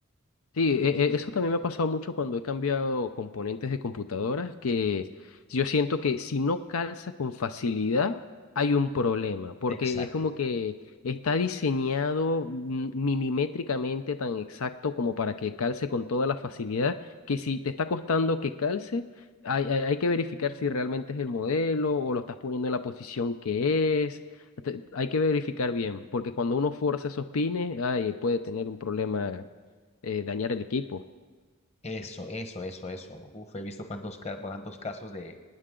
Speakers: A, on the left; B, on the left.
A: Sí, e- e- eso también me ha pasado mucho cuando he cambiado componentes de computadoras, que yo siento que si no calza con facilidad, hay un problema, porque
B: Exacto.
A: es como que está diseñado mm, milimétricamente tan exacto como para que calce con toda la facilidad, que si te está costando que calce, hay, hay, hay que verificar si realmente es el modelo o lo estás poniendo en la posición que es. te- Hay que verificar bien, porque cuando uno fuerza esos pines, ay, puede tener un problema eh, dañar el equipo.
B: Eso, eso, eso, eso. Uf, he visto cuántos, ca- cuántos casos de